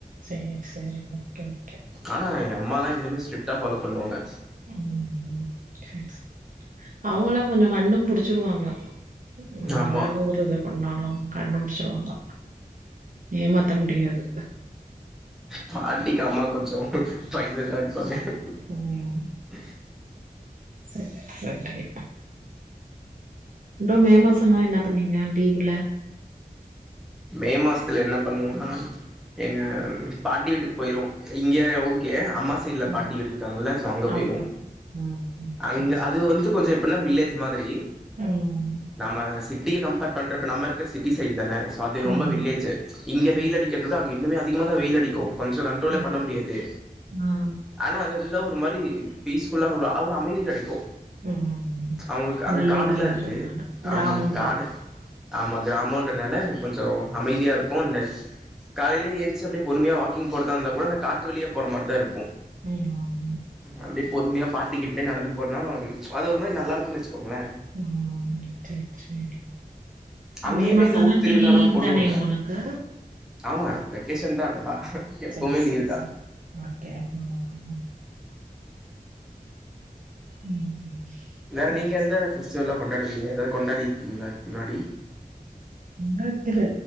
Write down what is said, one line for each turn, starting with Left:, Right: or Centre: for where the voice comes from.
Right: செரி செரி ஓகே ஓகே
Centre: ஆனா எ அம்மாலா இந்த மேரி ஸ்ட்ரிக்ட்டா ஃபாலோ பண்ணுவாங்க
Right: ம் தேங்க்ஸ் அவுங்களு கொஞ்சோ கண்டு புடிச்சிருவாங்க என்னதாது
Centre: ஆமா
Right: ஒரு இது பண்ணாலு கண்டு புடிச்சிருவாங்க ஏமாத்த முடியாது
Centre: பாட்டிக்கு அம்மா கொஞ்சோ பயந்துதா இருப்பாங்க ம்ம்ம்
Right: ம் சரி சரி ப்ரோ மே மாசலெல்லா என்ன பண்ணீங்க லீவ்வுல
Centre: மே மாசத்ல என்ன பண்ணுவுனா எங்க பாட்டி வீட்டுக்கு போய்ரு இங்க ஓகே அம்மா சைட்ல
Right: ம்
Centre: பாட்டி வீடு இருக்காங்கல்ல ஸோ அங்க போய்ருவோ
Right: ஓகே ஓகே ம்
Centre: அங்க
Right: சேரி சேரி
Centre: அது
Right: சேரி
Centre: வந்து கொஞ்சோ எப் பினா வில்லேஜ் மாதிரி
Right: ம்
Centre: நம்ம சிட்டிய கம்பேர் பண்றப்ப நம்மருக்க சிட்டி சைட் தான சோ அது ரொம்ப
Right: ம்
Centre: வில்லேஜு இங்க
Right: சேரி
Centre: வெயில்
Right: சேரி
Centre: அடிக்கறது தா அங்க இன்னுமே அதிக மா தா வெயில் அடிக்கு கொஞ்ச கண்ட்ரோலே
Right: ம்
Centre: பண்ண முடியாது
Right: ஆ
Centre: ஆனா அங்க இருந்தா ஒரு மாரி பீஸ் ஃபுல்லா ஒரு ஒரு அமைதி கெடைக்கு
Right: ம்
Centre: அவுங்களுக் அங்க
Right: வில்லேஜ்ன்றதுனால
Centre: காடெல்லா இருக்கு
Right: கிராமங்கிறதுனால
Centre: ஆமா காடு ஆமா கிராமோன்றனால கொஞ்சோ அமைதியா இருக்கு அண்ட் காலைல ஏந்ச்சி அப்டியே பொறுமையா வாக்கிங் போறதாருந்தா கூட அந்த காட்டு வழியே போற மாரி தா இருக்கு
Right: ம்
Centre: அப்டியே பொறுமையா பாட்டிக்கேட்டே நடந்து போனா அது ஒரு மாரி நல்லாருக்குன் வெச்சிக்கோங்ளே
Right: ம் செரி செரி
Centre: அங்கயுமே
Right: மே மாசனா
Centre: இந்த ஊர் திருவிழாலா
Right: தி டி லீவ்
Centre: போடுவாங்க
Right: தான ஒனக்கு
Centre: ஆமா வெக்கேஷன் தா அதெல்லா எப்போவுமே
Right: சேரி
Centre: லீவ்
Right: சேரி
Centre: தா
Right: சேரி ஓகே ம் ம்
Centre: வேற
Right: சேரி
Centre: நீங்க எந்த
Right: சேரி
Centre: ஃபெஸ்டிவெல்லா கொண்டாடுவீங்க எதாவது கொண்டாடிருக்கீங்ளா முன்னாடி
Right: எங்களுக் இது